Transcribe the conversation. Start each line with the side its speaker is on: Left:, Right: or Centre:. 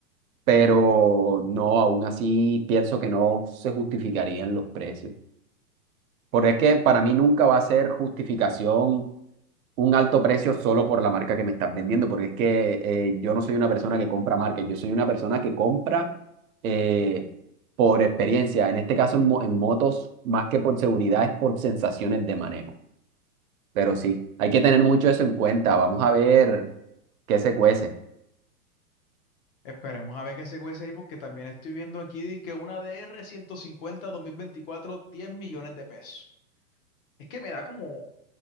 Right: pero no, aún así pienso que no se justificarían los precios. Porque es que para mí nunca va a ser justificación un alto precio solo por la marca que me estás vendiendo, porque es que eh, yo no soy una persona que compra marcas, yo soy una persona que compra eh, por experiencia. En este caso, en, mo- en motos, más que por seguridad, es por sensaciones de manejo. Pero sí, hay que tener mucho eso en cuenta. Vamos a ver qué se cuece.
Left: Esperemos a ver qué se cuece ahí, porque también estoy viendo aquí dizque una DR 150 2024, 10 millones de pesos. Es que me da como,